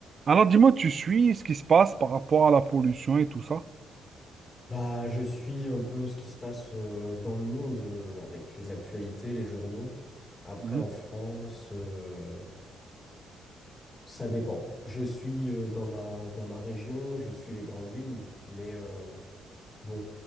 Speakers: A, on the right (about 45°); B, on the left (about 25°).
A: Alors, dis-moi, tu suis ce qui se passe par rapport à la pollution et tout ça?
B: Bah, je suis un peu ce qui se passe euh, dans le monde euh, avec les actualités, les journaux. Après,
A: Mhm.
B: en France, euh, ça dépend. Je suis euh, dans ma, dans ma région, je suis les grandes lignes, mais euh, Bon,